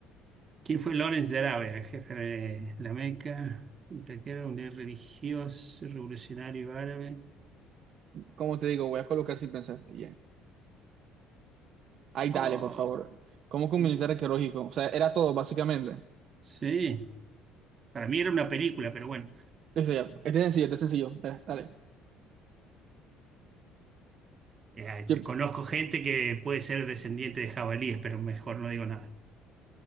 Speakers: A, on the right; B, on the right.
A: ¿Quién fue Lawrence de Arabia, jefe de la Meca, un traquero, un líder religioso, revolucionario árabe?
B: Como te digo, voy a colocar sin pensar. y ya. Ay, dale,
A: Oh,
B: por favor. ¿Cómo que un
A: eso-
B: militar arqueológico? O sea, era todo, básicamente.
A: sí, para mí era una película, pero bueno.
B: Eso ya. Este es sencillo, este es sencillo. Dale. dale.
A: Eh, este,
B: Yo-
A: conozco gente que puede ser descendiente de jabalíes, pero mejor no digo nada.